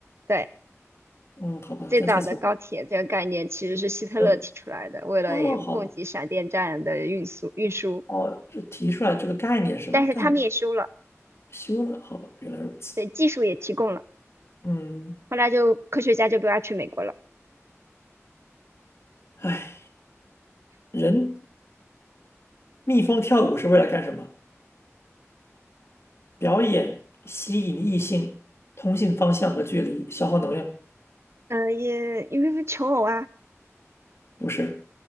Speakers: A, on the right (about 60°); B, on the left (about 55°).
A: 对，
B: 嗯，好吧，
A: 最早的高铁这个概念其实是希特勒提出来的，
B: 真猜错了，德，
A: 为了也供给闪电战的运输运输，
B: 哦，好吧。哦，这提出来这个概念是吧？
A: 但是他们也修了，
B: 但修了，好吧，原来如此。
A: 对，技术也提供了，
B: 嗯，
A: 后来就科学家就不要去美国了，
B: 唉，人蜜蜂跳舞是为了干什么？表演、吸引异性、通信方向和距离、消耗能量，
A: 嗯、呃也因为求偶啊
B: 不是，